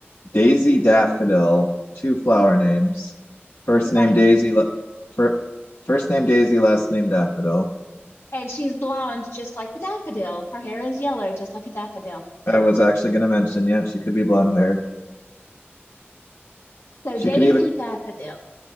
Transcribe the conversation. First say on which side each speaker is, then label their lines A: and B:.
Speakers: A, on the left; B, on the left.
A: Daisy Daffodil, two flower names. First
B: I like
A: name Daisy,
B: that.
A: la- fir first name Daisy, last name Daffodil.
B: And she's blonde, just like the daffodil. Her hair is yellow, just like a daffodil.
A: I was actually going to mention, yeah, she could be blonde haired.
B: So
A: She
B: Daisy
A: could even
B: Daffodil.